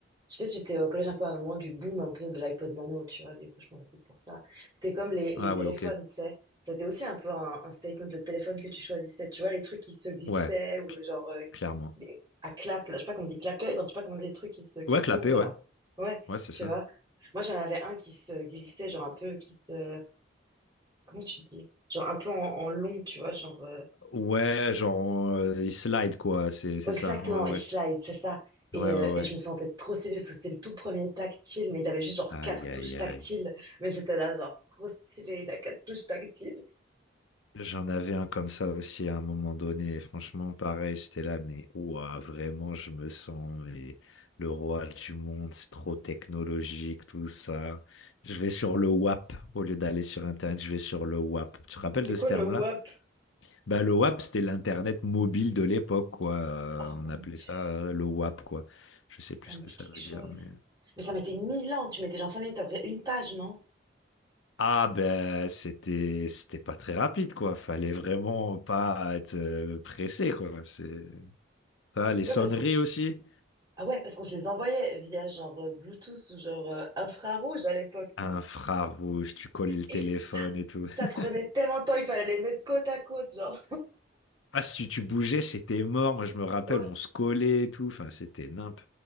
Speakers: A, on the right; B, on the left.
A: Je sais, j'étais au collège un peu à un moment du boom un peu de l'iPod Nano, tu vois, du coup, je pense que c'était pour ça. C'était comme les,
B: Ah
A: les téléphones,
B: ouais, ok.
A: tu sais. C'était aussi un peu un, un statement, le téléphone que tu choisissais, tu vois, les trucs qui se glissaient
B: Ouais,
A: ou genre euh,
B: clairement.
A: les- à clap, là, je sais pas comment on dit clapet, non, je sais pas comment on dit les trucs qui se, qui
B: Ouais, clapé,
A: s'ouvrent
B: ouais.
A: là. Ouais,
B: Ouais, c'est
A: tu
B: ça.
A: vois. Moi, j'en avais un qui se glissait, genre un peu, qui se, comment tu dis? Genre un peu en, en long, tu vois, genre. euh,
B: Ouais, genre, on- euh, il slide, quoi, c'est c'est
A: Exactement,
B: ça. Ouais, ouais.
A: il slide, c'est ça. Et,
B: Ouais,
A: euh,
B: ouais, ouais.
A: et je me sentais trop stylée parce que c'était le tout premier tactile, mais il avait juste genre
B: Aïe,
A: quatre touches
B: aïe,
A: tactiles.
B: aïe.
A: Mais j'étais là, genre trop stylé, il a quatre touches tactiles.
B: J'en avais un comme ça aussi à un moment donné. Et franchement, pareil, j'étais là, mais ouah, vraiment, je me sens mais, le roi du monde. C'est trop technologique, tout ça. Je vais sur le WAP au lieu d'aller sur Internet. Je vais sur le WAP. Tu te rappelles
A: C'est
B: de
A: quoi
B: ce terme-là?
A: le WAP?
B: Bah, le WAP, c'était l'Internet mobile de l'époque, quoi. Euh,
A: Oh
B: on
A: mon
B: appelait
A: Dieu,
B: ça euh, le WAP, quoi. Je sais plus
A: ça
B: ce
A: me
B: que
A: dit
B: ça
A: quelque
B: veut
A: chose.
B: dire, mais.
A: Mais ça mettait mille ans, tu mettais genre cinq minutes, t'ouvrais une page, non?
B: Ah ben c'était c'était pas très rapide quoi, fallait vraiment pas être euh, pressé quoi, c'est Ça, les
A: Ouais,
B: sonneries
A: parce que...
B: aussi.
A: Ah ouais, parce qu'on se les envoyait via genre euh, Bluetooth ou genre euh, infrarouge à l'époque même.
B: Infrarouge, tu collais le
A: Et
B: téléphone
A: ça,
B: et tout.
A: ça
B: <laughs>
A: prenait tellement de temps, il fallait les mettre côte à côte, genre.
B: Ah, si tu bougeais, c'était mort. Moi, je me rappelle,
A: Ouais,
B: on se collait et tout. Enfin, c'était nimp,